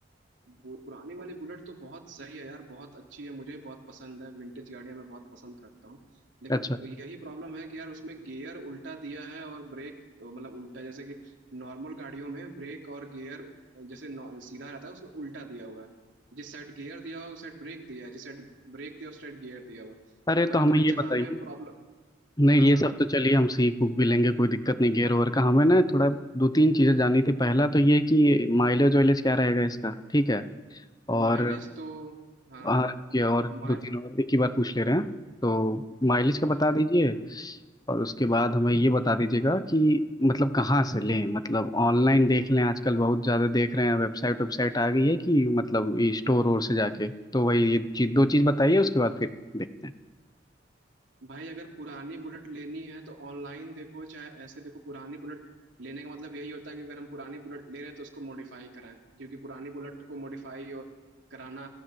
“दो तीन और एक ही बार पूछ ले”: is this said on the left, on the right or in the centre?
Left